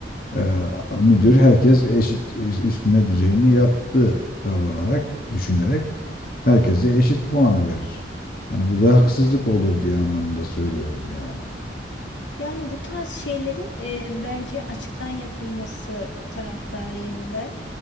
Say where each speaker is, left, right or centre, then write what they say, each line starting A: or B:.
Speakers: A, on the left; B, on the left.
A: Ee, müdür herkes eşit üstüne düzeyini yaptı davranarak, düşünerek herkese eşit puanı verir. Hani burada haksızlık olur diye anlamında söylüyorum yani.
B: Yani bu tarz şeylerin em, bence açıktan yapılması taraftarıyım ben.